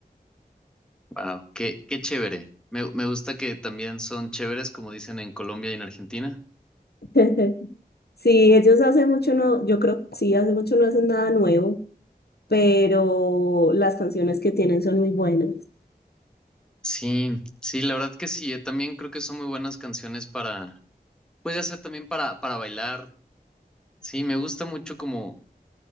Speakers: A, in the centre; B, on the left.
A: Wow, qué, qué chévere. Me, me gusta que también son chéveres, como dicen en Colombia y en Argentina.
B: <laughs> Sí, ellos hace mucho no, yo creo, sí, hace mucho no hacen nada nuevo, pero las canciones que tienen son muy buenas.
A: Sí, sí, la verdad que sí. Yo también creo que son muy buenas canciones para, pues ya sea también para, para bailar. Sí, me gusta mucho como